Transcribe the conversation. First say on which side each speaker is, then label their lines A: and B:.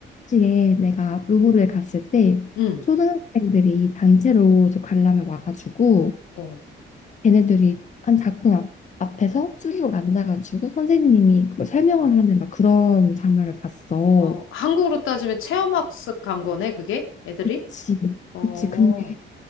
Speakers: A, on the left; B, on the left.
A: 이제 내가 루브르에 갔을 때
B: 응,
A: 초등학생들이 단체로 이제 관람을 와가지고
B: 어.
A: 걔네들이 한 작품 앞, 앞에서 쭈르륵 앉아가지고 선생님이 그걸 설명을 하는 막 그런 장면을 봤어.
B: 어, 한국으로 따지면 체험학습 간 거네, 그게? 애들이?
A: 그치.
B: 어,
A: 그치. 근데